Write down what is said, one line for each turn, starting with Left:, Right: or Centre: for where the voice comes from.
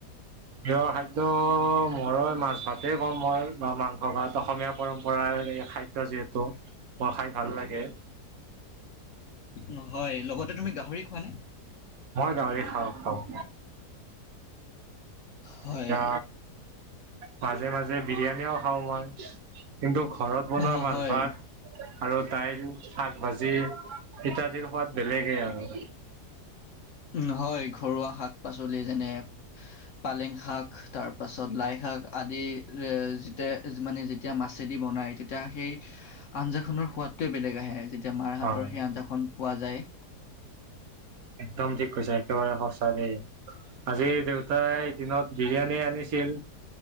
Right: প্ৰিয় খাদ- ত মৰ মাছ ভাত। তে কম মই মাংস ভাত, অসমীয়া পৰম্পৰাৰ খাদ্য যিহেতু। হ খাদ- ভাল লাগে।
Left: নহয়। লগতে তুমি গাহৰি খোৱা নে?
Right: হয় গাহৰি খাও খাও।
Left: হয়,
Right: এতিয়া মাজে মাজে বিৰিয়ানীও, খাও মই। কিন্তু, ঘৰত বনোৱা
Left: অ'
Right: মাছ-ভাত
Left: হয়।
Right: আৰু দাইল শাক ভাজি ইত্যাদিৰ সোৱাদ বেলেগেই আৰু।
Left: উম' হয়, ঘৰুৱা শাক-পাচলি যেনে পালেং শাক তাৰ পাছত লাই-শাক আদি এ যেতিয়া মানে যেতিয়া মাছেদি বনাই তেতিয়া সেই আঞ্জা খনৰ সোৱাদতোয়ে বেলেগ আহে। যেতিয়া মাৰ হাতৰ
Right: হয়
Left: সেই আঞ্জাখন পোৱা যায়।
Right: একদম ঠিক কৈছা। একেবাৰে সচা দেই, আজি দেউতাই দিনত বিৰিয়ানী আনিছিল,